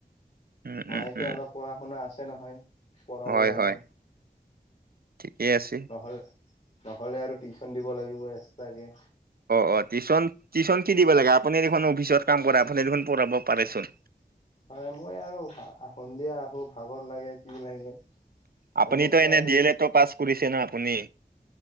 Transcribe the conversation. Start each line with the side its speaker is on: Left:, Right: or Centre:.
Right: উম,
Left: মায়েকে
Right: উম, উম।
Left: অলপ পঢ়া শুনা আছে নহয় পঢ়াব
Right: হয়
Left: জানে।
Right: হয় ঠিকেই আছে।
Left: নহ'লে নহ'লে আৰু টিউচন দিব লাগিব এক্সট্ৰাকে।
Right: অ অ টিউচন টিউচন কি দিব লাগে আপুনি দেখোন অফিচত কাম কৰে আপুনি দেখোন পঢ়াব পাৰেচোন
Left: অ হয় মই আৰু সন্ধিয়া আহোঁ। ভাগৰ লাগে কি লাগে।
Right: আপুনিতো
Left: সেনেকে
Right: এনে
Left: আৰু
Right: ডি এল এডটো পাছ কৰিছে ন আপুনি